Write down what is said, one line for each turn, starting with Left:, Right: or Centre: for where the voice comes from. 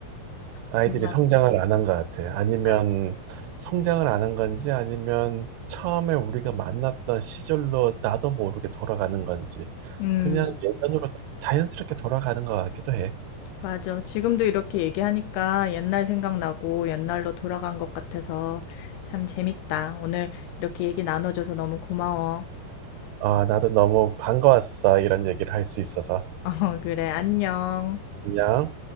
Right: 아이들이
Left: 그냥,
Right: 성장을 안 한 것 같아. 아니면
Left: 맞아.
Right: 성장을 안 한 건지, 아니면 처음에 우리가 만났던 시절로 나도 모르게 돌아가는 건지,
Left: 음,
Right: 그냥 예전으로 자연스럽게 돌아가는 것 같기도 해.
Left: 맞아. 지금도 이렇게 얘기하니까 옛날 생각나고 옛날로 돌아간 것 같아서 참 재밌다. 오늘 이렇게 얘기 나눠줘서 너무 고마워.
Right: 아, 나도 너무 반가웠어. 이런 얘기를 할 수 있어서.
Left: <laughs> 어, 그래. 안녕.
Right: 안녕.